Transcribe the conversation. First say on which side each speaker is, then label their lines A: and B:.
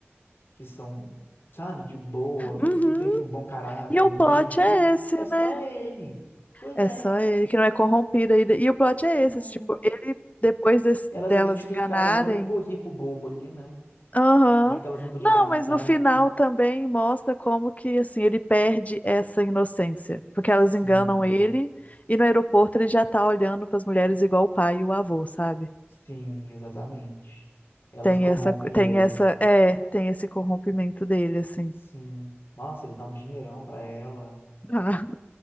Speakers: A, on the left; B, on the left.
A: que são, sabe, de boa,
B: Uhum.
A: que tem, tipo, bom caráter,
B: E o
A: humilde
B: plot
A: e tudo,
B: é esse,
A: é só
B: né?
A: ele. Pois
B: É
A: é.
B: só ele que não é corrompido ainda. E o plot é
A: é.
B: esse, assim, tipo, ele, depois des-
A: Elas
B: delas
A: identificaram
B: enganarem.
A: o único rico bobo ali, né?
B: Aham.
A: Já que elas não podiam
B: Não,
A: enganar
B: mas
A: a Tânia,
B: no final
A: né?
B: também mostra como que, assim, ele perde essa inocência. Porque elas
A: Sim,
B: enganam ele e no aeroporto ele já tá olhando pras mulheres igual o pai e o avô, sabe?
A: sim, exatamente. Elas
B: Tem
A: corrompem
B: essa, tem
A: ele.
B: essa, é, tem esse corrompimento dele, assim.
A: Sim. Nossa, ele dá um dinheirão pra ela.
B: Ah,